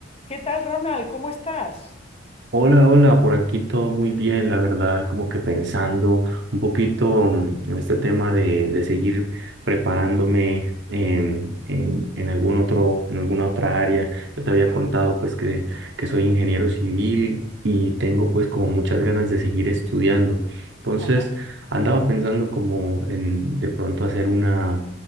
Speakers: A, on the left (about 30°); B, on the right (about 65°).
A: ¿Qué tal, Ronald? ¿Cómo estás?
B: Hola, hola, por aquí todo muy bien, la verdad, como que pensando un poquito mm, en este tema de, de seguir preparándome en, en, en algún otro, en alguna otra área. Yo te había contado pues que, que soy ingeniero civil y tengo pues como muchas ganas de seguir estudiando. Entonces
A: Ajá,
B: andaba pensando como en de pronto hacer una,